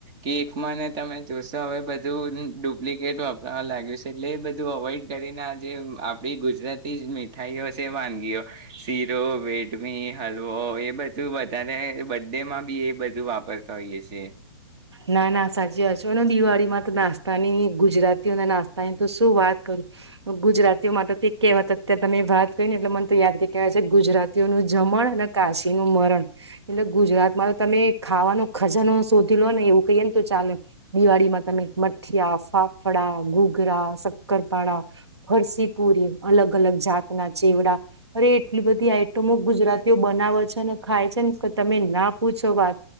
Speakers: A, on the right (about 30°); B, on the right (about 80°).
A: કેકમાંને તમે જોશો હવે બધું ડુપ્લિકેટ વાપરવા લાગ્યું છે એટલે એ બધું અવોઈડ કરીને આ જે આપડી ગુજરાતી મીઠાઈઓ છે વાનગીઓ શીરો વેડમી હલવો એ બધ ત વધારે બડ ડે માં બી એ બધું વાપરતા હોઈએ છેી
B: ના ના સાચી વાત છેને દિવાળી માં તો નાસ્તાની ગુજરાતીઓ ના નાસ્તાની તો શું વાત કરું ગુજરાતીઓ માટે કહેવાત અત્યારે તમે વાત કરી ને એટલે મને તો યાદ કે કેહેવાય છે ગુજરાતીઓનું જમણ અને કાશી નું મરણ એટલે ગુજરાતમાં તો તમે ખાવાનો ખજાનો શોધી લો ને એવું કહી ને તો ચાલે દિવાળીમાં તમે મઠિયા ફાફડા ગોઘરા શક્કરપાડાા ફરસીપુરી અલગ અલગ જાતના ચેવડા અરે એટલી બધી આઈટમો ગુજરાતીઓ બનાવે છેને ખાય છે ને કે તમે ના પૂછો વાત